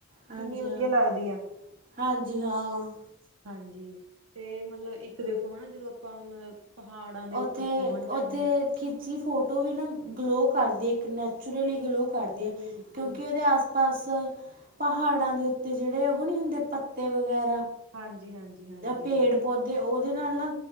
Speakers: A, on the right (about 40°); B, on the right (about 80°).
A: ਹਾਂਜੀ
B: ਕਿੰਨੀ ਵਧੀਆ
A: ਹਾਂ
B: ਲੱਗਦੀ
A: ਹਾਂਜੀ ਹਾਂ
B: ਹਾਂਜੀ ਤੇ ਮਤਲਬ ਇੱਕ ਦੇਖੋ ਹੈ ਨਾ? ਜਦੋਂ ਆਪਾਂ ਮਤਲਬ ਪਹਾੜਾਂ ਦੇ
A: ਓਥੇ-ਓਥੇ
B: ਉੱਪਰ ਪਹੁੰਚ ਜਾਂਦੇ ਹਾਂ
A: ਖਿੱਚੀ ਫੋਟੋ ਵੀ ਨਾ ਗਲੋਅ ਕਰਦੀ ਇੱਕ ਨੇਚੁਰਲੀ ਗਲੋਅ ਕਰਦੀ ਹੈ
B: ਬਿਲਕੁਲ
A: ਕਿਉਂਕਿ ਓਹਦੇ ਆਸ ਪਾਸ ਪਹਾੜਾਂ ਦੇ ਉੱਤੇ ਜਿਹੜੇ ਉਹ ਨੀ ਹੁੰਦੇ ਪੱਤੇ ਵਗੈਰਾ?
B: ਹਾਂਜੀ-ਹਾਂਜੀ-ਹਾਂਜੀ
A: ਪੇੜ ਪੌਦੇ ਉਹਦੇ ਨਾਲ ਨਾ